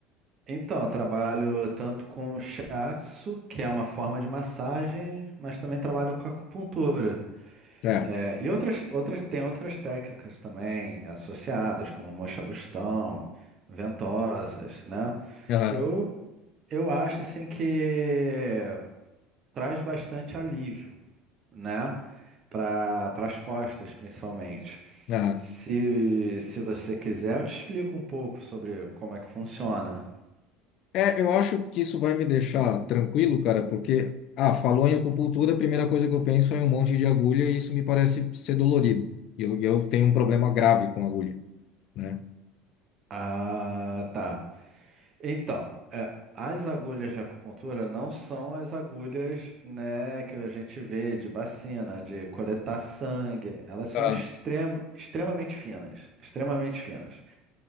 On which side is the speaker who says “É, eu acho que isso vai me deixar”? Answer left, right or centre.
Left